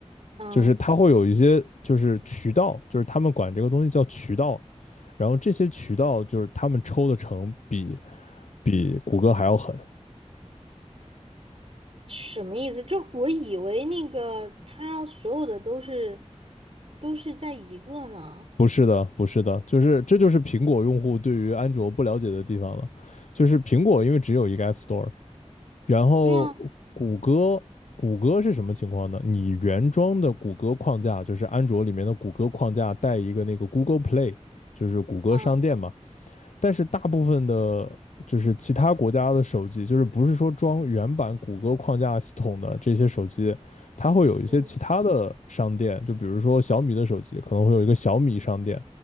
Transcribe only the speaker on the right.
嗯。
什么意思？就是我以为那个他所有的都是都是在一个呢。
对啊，
嗯
嗯，